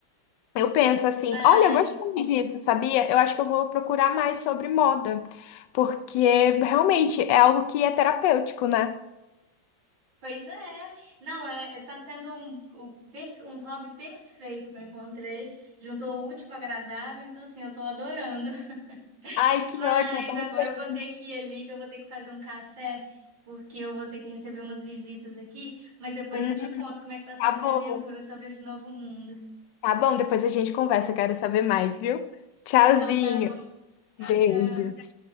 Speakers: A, on the left (about 70°); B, on the right (about 80°).
A: Eu penso assim,
B: Mas,
A: olha, eu gostei disso, sabia? Eu acho que eu vou procurar mais sobre moda, porque realmente é algo que é terapêutico, né?
B: pois é, não, é, é- tá sendo um, o per- um hobby perfeito que eu encontrei. Juntou o útil com o agradável, então assim, eu tô adorando.
A: Ai,
B: <laughs>
A: que
B: Mas
A: ótimo, eu tô
B: agora
A: muito feliz.
B: eu vou ter que ir ali, que eu vou ter que fazer um café, porque eu vou ter que receber umas visitas aqui, mas depois
A: Hum,
B: eu te conto como é que tá sendo
A: tá
B: minha
A: bom.
B: aventura sobre esse novo mundo.
A: Tá bom, depois a gente conversa, quero saber mais, viu? Tchauzinho.
B: Então tá bom, tchau,
A: Beijo.
B: tchau.